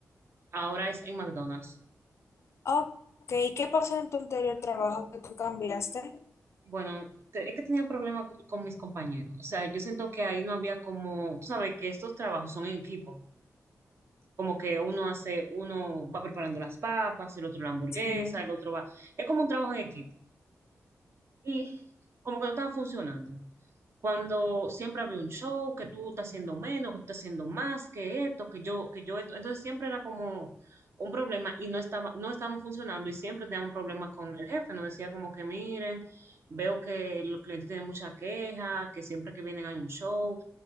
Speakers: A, on the right; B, on the left.
A: ahora es en McDonald's.
B: Ok, ¿qué pasó en tu anterior trabajo que tú cambiaste?
A: Bueno, te- es que tenía problemas con mis compañeros. O sea, yo siento que ahí no había como, tú sabes que estos trabajos son en equipo. Como que uno hace, uno va preparando las papas, el otro la hamburguesa,
B: Sí.
A: el otro va. Es como un trabajo en equipo. Y como que no estaba funcionando. Cuando siempre había un show, que tú estás haciendo menos, que tú estás haciendo más, que esto, que yo, que yo esto. Entonces siempre era como un problema y no estaba, no estábamos funcionando y siempre teníamos un problema con el jefe. Nos decía como que miren, veo que los clientes tienen mucha queja, que siempre que vienen hay un show.